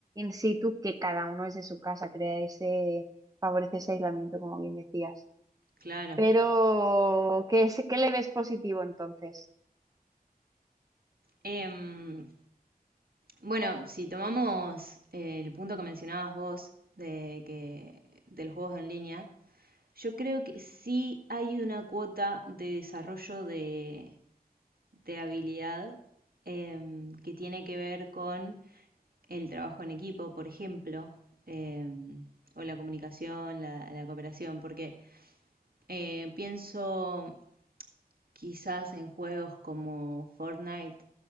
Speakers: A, on the right; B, on the right.
A: in situ, que cada uno desde su casa, crea ese, favorece ese aislamiento, como bien decías.
B: Claro.
A: Pero, ¿qué, es- qué le ves positivo entonces?
B: Em, bueno, si tomamos eh, el punto que mencionabas vos de que del juegos en línea, yo creo que sí hay una cuota de desarrollo de, de habilidad em, que tiene que ver con el trabajo en equipo, por ejemplo, eh, o la comunicación, la, la cooperación, porque eh, pienso quizás en juegos como Fortnite,